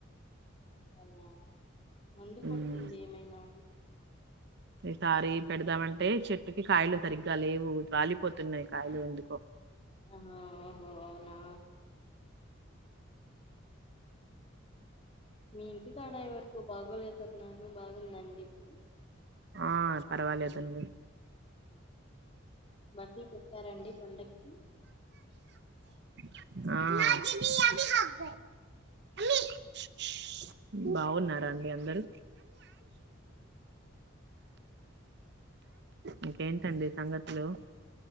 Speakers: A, on the left; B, on the right.
A: అనా మందు
B: ఉమ్
A: కొట్టండి ఏమైనా ఉ
B: ఈసారి పెడదామంటే చెట్టుకి కాయలు సరిగ్గా లేవు. రాలిపోతున్నాయి కాయలు ఎందుకో
A: ఆహో అవునా మీ ఇంటికాడాయ వరకు బాగోలేతున్నారు బాగుందండి ఇప్పుడు.
B: ఆ పర్వాలేదండి
A: బట్టలు పెట్టారండి పండకి.
B: <unintelligible> బాగున్నారా అండి అందరు ఇంకేంటండి సంగతులు